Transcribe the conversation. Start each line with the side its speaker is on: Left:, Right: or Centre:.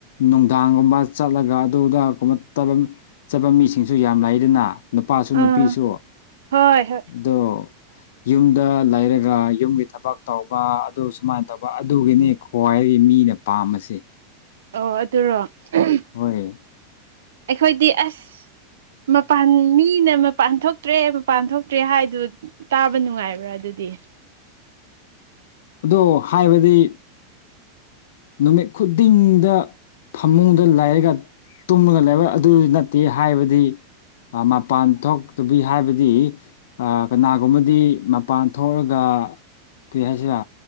Left: ꯅꯨꯡꯗꯥꯡꯒꯨꯝꯕ ꯆꯠꯂꯒ ꯑꯗꯨꯗ ꯀꯨꯝꯃ ꯇꯂꯝ ꯆꯠꯄ ꯃꯤꯁꯤꯡꯁꯨ ꯌꯥꯝ ꯂꯩꯗꯅ ꯅꯨꯄꯥꯁꯨ ꯅꯨꯄꯤꯁꯨ
Right: ꯑꯥ ꯍꯣꯏ ꯍꯣꯏ
Left: ꯗꯣ ꯌꯨꯝꯗ ꯂꯩꯔꯒ ꯌꯨꯝꯒꯤ ꯊꯕꯛ ꯇꯧꯕ ꯑꯗꯨ ꯁꯨꯃꯥꯏꯅ ꯇꯧꯕ ꯑꯗꯨꯒꯤꯅꯤ ꯈ꯭ꯋꯥꯏꯒꯤ ꯃꯤꯅ ꯄꯥꯝꯕꯁꯦ
Right: ꯑꯣ ꯑꯗꯨꯔꯣ ꯑꯥꯍꯦꯝ
Left: ꯍꯣꯏ
Right: ꯑꯩꯈꯣꯏꯗꯤ ꯑꯁ ꯃꯄꯥꯟ ꯃꯤꯅ ꯃꯄꯥꯟ ꯊꯣꯛꯇ꯭ꯔꯦ ꯃꯄꯥꯟ ꯊꯣꯛꯇ꯭ꯔꯦ ꯍꯥꯏꯗꯨꯠ ꯇꯥꯕ ꯅꯨꯡꯉꯥꯏꯕ꯭ꯔꯥ ꯑꯗꯨꯗꯤ
Left: ꯑꯗꯣ ꯍꯥꯏꯕꯗꯤ ꯅꯨꯃꯤꯠ ꯈꯨꯗꯤꯡꯗ ꯐꯃꯨꯡꯗ ꯂꯩꯔꯒ ꯇꯨꯝꯂꯒ ꯂꯩꯕ ꯑꯗꯨ ꯅꯠ ꯇꯦ ꯍꯥꯏꯕꯗꯤ ꯑꯥ ꯃꯄꯥꯟ ꯊꯣꯛꯇꯕꯤ ꯍꯥꯏꯕꯗꯤ ꯀꯅꯥꯒꯨꯝꯕꯗꯤ ꯃꯄꯥꯟ ꯊꯣꯛꯔꯒ ꯀꯩ ꯍꯥꯏꯁꯤꯔ